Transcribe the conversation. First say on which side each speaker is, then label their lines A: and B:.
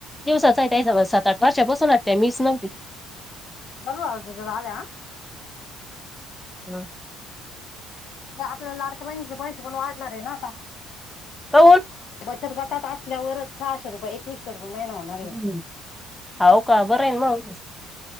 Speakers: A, in the centre; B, on the left (about 50°).
A: दिवसाचा आहे स सात आठ <unintelligible> मीच नव्हती
B: <unintelligible>
A: हम्म.
B: त्या आपल्याला लाडक्या बहिणीचे पैसे पण वाढणार आहे ना आता
A: <unintelligible>
B: बचत गटात असल्यावर सहाशे रुपये एक कुशवरुप महि हो ना.
A: हम्म हाव का बरं आहे मग